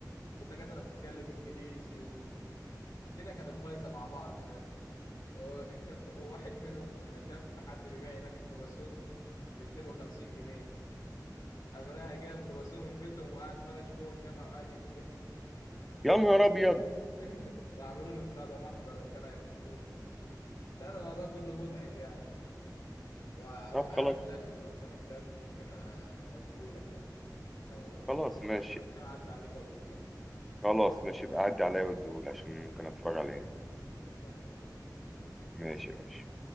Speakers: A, on the left (about 70°); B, in the centre.
A: والدكاترة بتتكلم إنجليزي و... الدنيا كانت بايظه مع بعض يعني و- <laughs> وواحد منهم شاف حد بيبيع هناك الكرواسون ب 250 جنيه قام رايح جايب كرواسون من بيتهم وقاعد فرش جوه الجامعه وقاعد يبيع
B: يا نهار ابيض
A: <laughs> وعملوا له بتاع ده محضر وكان هيرفدوه لا انا الموضوع كله مضحك يعني هو هو
B: طب
A: معايا
B: خلاص
A: على فلاشه لو انت محتاجه ممكن آه، اديهولك يعني لو
B: خلاص
A: انت فاضي
B: ماشي
A: شويه عدى عليك واديهولك
B: خلاص ماشي يبقى عدي عليا واديهولي عشان ممكن اتفرج عليه
A: لما ممكن ماشي
B: ماشي
A: سلام
B: ماشي